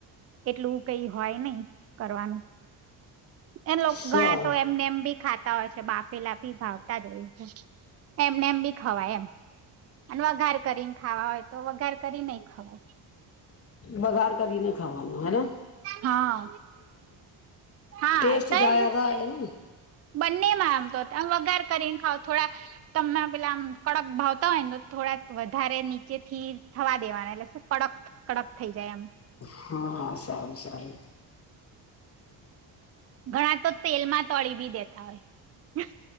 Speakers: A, on the right; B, on the left.
A: એટલું કઈ હોય નહ કરવાનું એ લોકો
B: સારું
A: ગણા તો એમને એમ ભી ખા હોય છે બાપ પેલા પી ભાવતા જ હોય છે એમને એમ બી ખવાય એમ અને વઘાર કરીને ખાવા હોય તો વઘાર કરી નહી ખાવું
B: બઘાર કરીને ખાવાનું હેના
A: હા હા
B: ટેસ્ટ
A: તો
B: જ્યાદા હેને
A: બંનેમાં આમ તો વગાર કરીને ખાવ થોડા તમે પેલા આમ કડક ભાવતા હોય ને તો થોડા વધારે નીચે થી થવા દેવાના એટલે શું કડક કડક થઈ જાય એમ
B: હા હા સારું સારું
A: ઘણા તો તેલમાં તળી બી દેતા હોય